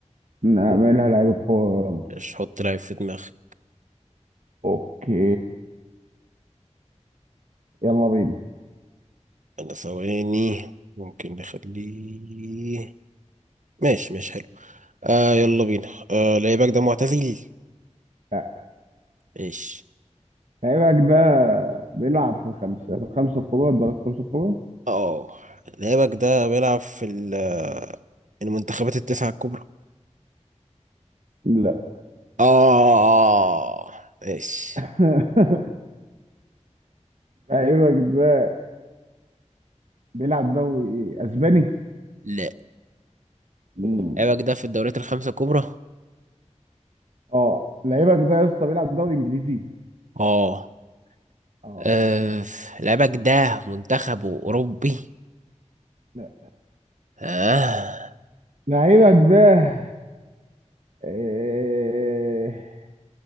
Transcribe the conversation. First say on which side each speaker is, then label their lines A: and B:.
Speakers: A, on the right; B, on the right.
A: نعملها لعيب الكورة يلا
B: مش حط لعيب في دماغك
A: اوكي يلا بينا
B: انا ثواني ممكن نخليه ماشي ماشي حلو أه يلا بينا أه لعيبك ده معتزل
A: لا،
B: ماشي
A: لعيبك ده بيلعب في الخمسة في الخمسة الكبار درجة الخمسة الكبار؟
B: اه لعيبك ده بيلعب في ال- المنتخبات التسعة الكبرى
A: لا
B: اه ماشي
A: <laughs> لعيبك ده بيلعب دوري ايه اسباني
B: لا
A: مم.
B: لعيبك ده في الدوريات الخمسة الكبرى
A: اه لعيبك ده يا اسطى بيلعب دوري انجليزي
B: اه
A: اه
B: آه، لعيبك ده منتخبه أوروبي
A: لا
B: اه
A: لعيبك ده إيه...